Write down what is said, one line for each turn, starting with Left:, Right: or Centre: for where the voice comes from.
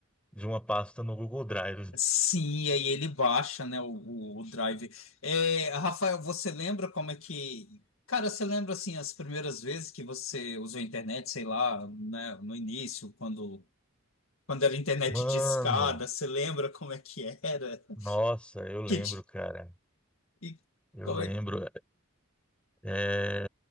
Centre: de uma pasta no Google Drive.
Left: Sim, e aí ele baixa, né, o, o, o drive. É, Rafael, você lembra como é que. Cara, você lembra, assim, as primeiras vezes que você usou a internet, sei lá, né, no início, quando, quando era internet
Centre: Mano!
Left: discada, você lembra como é que era? <laughs>
Centre: Nossa, eu lembro,
Left: Que
Centre: cara.
Left: E
Centre: Eu
Left: como
Centre: lembro.
Left: é que.
Centre: É,